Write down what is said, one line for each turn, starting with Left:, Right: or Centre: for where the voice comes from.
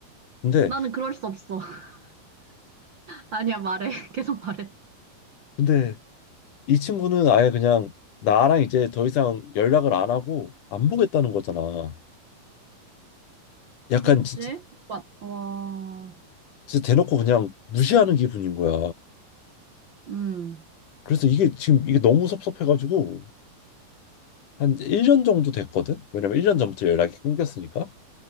Left: 근데
Right: 나는 그럴 수 없어. <laughs> 아니야, 말해. <laughs> 계속 말해.
Left: 근데 이 친구는 아예 그냥 나랑 이제 더 이상 연락을 안 하고 안 보겠다는 거잖아. 약간
Right: 그렇지?
Left: 진짜
Right: 와, 와,
Left: 진짜 대놓고 그냥 무시하는 기분인 거야.
Right: 음,
Left: 그래서 이게 지금 이게 너무 섭섭해가지고 한 1년 정도 됐거든? 왜냐면 1년 전부터 연락이 끊겼으니까.